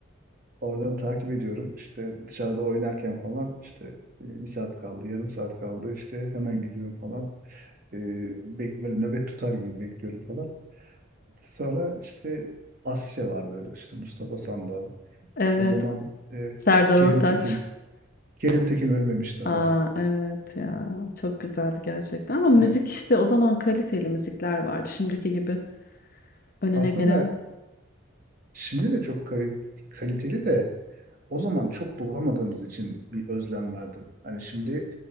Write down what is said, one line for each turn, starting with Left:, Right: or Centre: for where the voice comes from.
Right: Oradan takip ediyorum. İşte dışarıda oynarken falan işte e, bir saat kaldı, yarım saat kaldı. İşte hemen gidiyorum falan. E, bek, böyle nöbet tutar gibi bekliyorum falan. Sonra işte Asya vardı. İşte Mustafa Sandal.
Left: Evet.
Right: O zaman e,
Left: Serdar
Right: Kerim
Left: Ortaç.
Right: Tekin. Kerim Tekin ölmemiş daha.
Left: Aa, evet ya. Çok güzeldi gerçekten. Ama müzik
Right: E,
Left: işte o zaman kaliteli müzikler vardı. Şimdiki gibi önüne
Right: aslında
Left: gelen.
Right: şimdi de çok kali- kaliteli de o zaman çok bulamadığımız için bir özlem vardı. Hani şimdi